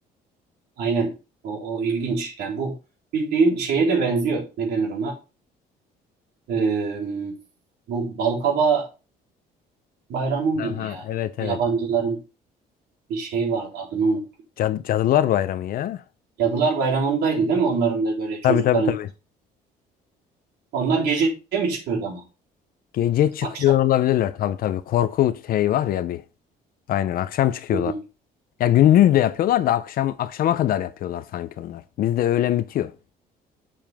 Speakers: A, on the right; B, on the left.
A: Aynen. O, o ilginç. Yani bu bildiğin şeye de benziyor. Ne denir ona? Ee, bu Balkaba Bayramı mıydı
B: Aha
A: ya?
B: evet
A: Yabancıların
B: evet.
A: bir şey vardı. Adını unuttum.
B: Cad Cadılar Bayramı ya.
A: Cadılar Bayramı'ndaydı değil mi? Onların da böyle çocukların
B: Tabii tabii tabii.
A: Onlar gece mi çıkıyordu ama?
B: Gece çıkıyor
A: Akşam.
B: olabilirler tabii tabii. Korku şey var ya bir. Aynen akşam çıkıyorlar.
A: Hı hı.
B: Ya gündüz de yapıyorlar da akşam akşama kadar yapıyorlar sanki onlar. Bizde öğlen bitiyor.